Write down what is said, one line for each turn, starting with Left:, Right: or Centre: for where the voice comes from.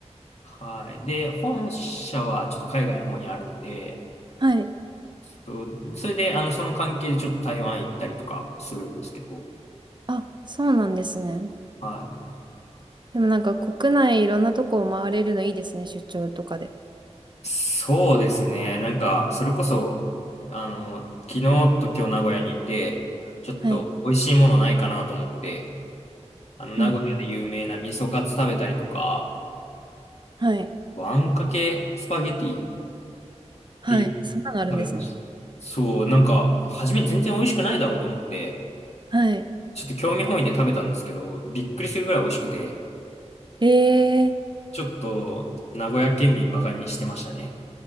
Left: はい。で、本社はちょっと海外の方にあるんで、
Right: はい。
Left: そうそれで、あの、その関係でちょっと台湾行ったりとかするんですけど、
Right: あ、そうなんですね。
Left: はい。
Right: でもなんか国内いろんなとこを回れるのいいですね、出張とかで。
Left: そうですね、なんか、それこそ、あの、昨日と今日名古屋にいて、ちょっと美味しいものないかなと思って、
Right: はい。
Left: あの、名古屋で有名な味噌カツ食べたりとか、
Right: うん。はい。
Left: あんかけスパゲティっ
Right: はい。
Left: ていう
Right: そんなのあるんですね。
Left: 食べました。そう、なんか、初め全然美味しくないだろうと思って、
Right: はい。
Left: ちょっと興味本位で食べたんですけど、びっくりするぐらい美味しくて、
Right: えー、
Left: ちょっと、名古屋県民バカにしてましたね。